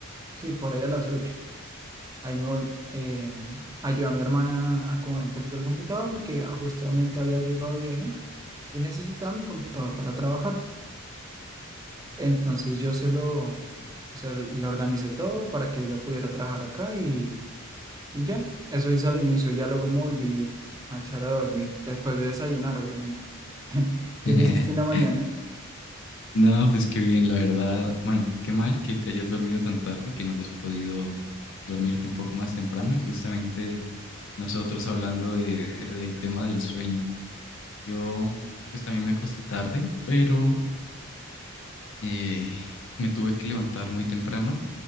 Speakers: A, on the right (about 15°); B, on the left (about 60°).
A: sí, por ahí a las ocho. Ahí me vol- eh, ayudé a mi hermana a acomodar un poquito el computador porque ah, justamente había llegado de viaje y necesitaba mi computador para trabajar.
B: Ok,
A: Entonces
B: ok.
A: yo se lo, o sea le organicé todo para que ella pudiera trabajar acá y, y ya. Eso hice al inicio, ya luego me volví a echar a dormir, después de desayunar, obviamente. <laughs> ¿Tú
B: <laughs>
A: qué hiciste en la mañana?
B: No, pues qué bien, la verdad. Bueno, qué mal que te hayas dormido tan tarde, que no hayas podido dormirte un poco más temprano y justamente nosotros hablando de, <laughs> del tema del sueño. Yo pues también me acosté tarde, pero eh, me tuve que levantar muy temprano,